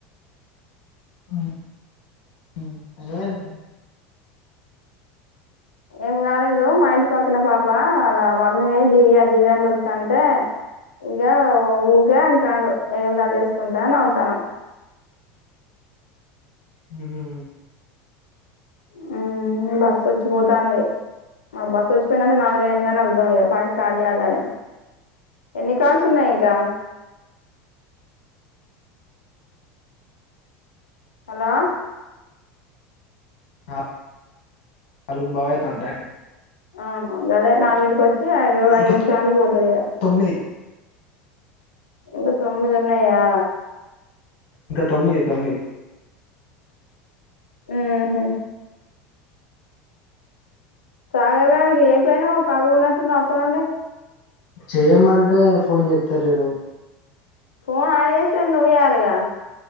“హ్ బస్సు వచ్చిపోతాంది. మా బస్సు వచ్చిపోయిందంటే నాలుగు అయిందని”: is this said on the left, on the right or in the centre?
Left